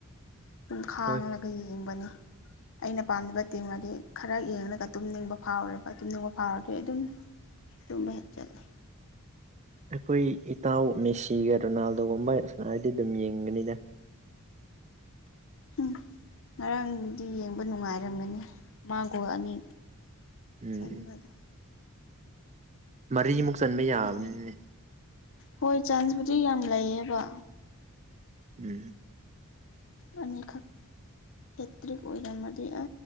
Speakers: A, on the left (about 60°); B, on the right (about 30°).
A: ꯑꯗꯨꯝ ꯈꯥꯡꯂꯒ
B: ꯍꯣꯏ
A: ꯌꯦꯡꯕꯅꯤ ꯑꯩꯅ ꯄꯥꯝꯗꯕ ꯇꯤꯝ ꯑꯗꯨꯗꯤ ꯈꯔ ꯌꯦꯡꯂꯒ ꯇꯨꯝꯅꯤꯡꯕ ꯐꯥꯎꯔꯦꯕ ꯇꯨꯝꯅꯤꯡꯕ ꯐꯥꯎꯔꯗꯤ ꯑꯗꯨꯝ ꯇꯨꯝꯕ ꯍꯦꯛ ꯆꯠꯂꯦ
B: ꯑꯩꯈꯣꯏ ꯏꯇꯥꯎ ꯃꯦꯁꯤꯒ ꯔꯣꯅꯥꯜꯗꯣꯒꯨꯝꯕ ꯁꯅꯥꯌꯗꯤ ꯍꯥꯏꯔꯗꯤ ꯑꯗꯨꯝ ꯌꯦꯡꯒꯅꯤꯗ
A: ꯎꯝ ꯉꯔꯥꯡꯗꯤ ꯌꯦꯡꯕ ꯅꯨꯡꯉꯥꯏꯔꯝꯒꯅꯤ ꯃꯥꯥ ꯒꯣꯜ ꯑꯅꯤ
B: ꯎꯝ
A: ꯆꯟꯕꯗꯣ
B: ꯃꯔꯤꯃꯨꯛ ꯆꯟꯕ ꯌꯥꯕꯅꯤꯅꯦ
A: ꯃꯣꯏꯒꯤ ꯍꯣꯏ ꯆꯥꯟꯁꯕꯨꯗꯤ ꯌꯥꯝ ꯂꯩꯌꯦꯕ
B: ꯎꯝ
A: ꯑꯅꯤ ꯈ ꯍꯇ꯭ꯔꯤꯛ ꯑꯣꯏꯔꯝ ꯃꯗꯤ ꯑ